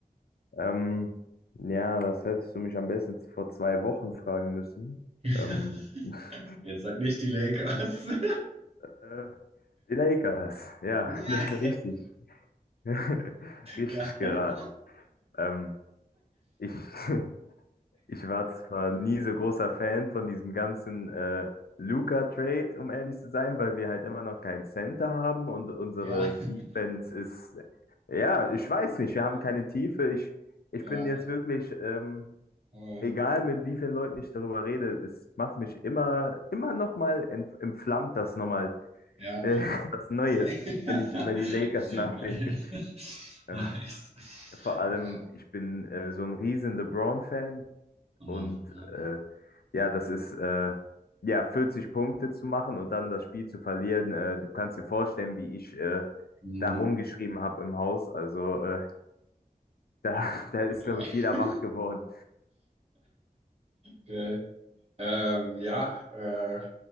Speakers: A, on the left; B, on the right.
A: Ähm, ja, das hättest du mich am besten vor zwei Wochen fragen müssen.
B: <laughs>
A: Ähm, <laughs>
B: Jetzt sag nicht die Lakers. <laughs>
A: äh, die Lakers, ja,
B: Nein,
A: <laughs> richtig. <laughs> Richtig
B: geil.
A: geraten. Ähm, ich, <laughs> Ich war zwar nie so großer Fan von diesem ganzen äh, Luka-Trade, um ehrlich zu sein, weil wir halt immer noch keinen Center haben und unsere
B: <laughs>
A: Defense ist, ja, ich weiß nicht, wir
B: Ja.
A: haben keine Tiefe. Ich, ich
B: Ja,
A: bin jetzt wirklich, ähm,
B: voll.
A: egal mit wie vielen Leuten ich darüber rede, es macht mich immer, immer nochmal, entflammt das nochmal,
B: Ja.
A: äh, <laughs> was Neues,
B: Sehr- <laughs>
A: wenn ich über die Lakers nachdenke.
B: Geil.
A: Ähm,
B: Nice.
A: vor allem,
B: Ja,
A: ich bin äh, so ein riesen LeBron-Fan.
B: Hammer.
A: Und
B: Ja.
A: äh, ja, das ist äh, ja 40 Punkte zu machen und dann das Spiel zu verlieren. Äh, du kannst dir vorstellen, wie ich äh,
B: Mhm.
A: da rumgeschrien habe im Haus. Also äh, da, <laughs> da
B: Gut,
A: ist,
B: ja.
A: glaube ich, jeder
B: <laughs>
A: wach geworden.
B: Geil. Ähm, ja, äh,